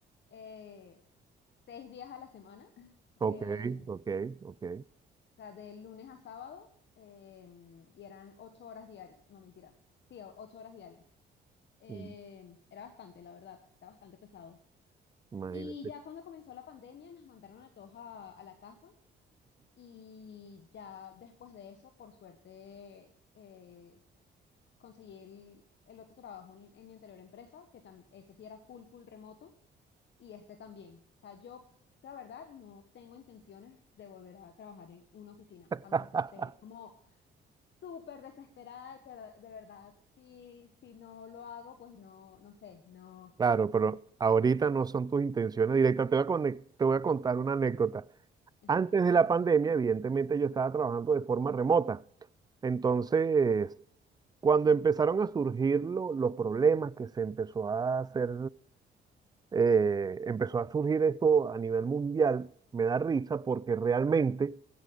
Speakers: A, on the left (about 65°); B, on the right (about 20°).
A: eh, seis días a la semana, <laughs>
B: Ok,
A: em,
B: ok,
A: o
B: ok.
A: sea, de lunes a sábado, em, y eran ocho horas diarias. No, mentira. Sí, o- ocho horas diarias. Em,
B: Mm,
A: era bastante, la verdad, era bastante pesado.
B: Imagínate.
A: Y ya cuando comenzó la pandemia nos mandaron a todos a, a la casa Y ya después de eso, por suerte, eh, conseguí el, el otro trabajo en, en mi anterior empresa, que tam- ese sí era full, full remoto, y este también. O sea, yo, la verdad, no tengo intenciones de volver a trabajar en una oficina,
B: <laughs>
A: a menos que esté como súper desesperada, de que de de verdad, si, si no lo hago, pues no, no sé, no.
B: Claro,
A: mm,
B: pero ahorita no son tus intenciones directas. Te voy a, conec- te voy a contar una anécdota.
A: Ajá.
B: Antes de la pandemia, evidentemente yo estaba trabajando de forma remota. Entonces, cuando empezaron a surgir lo- los problemas que se empezó a hacer, eh, empezó a surgir esto a nivel mundial, me da risa porque realmente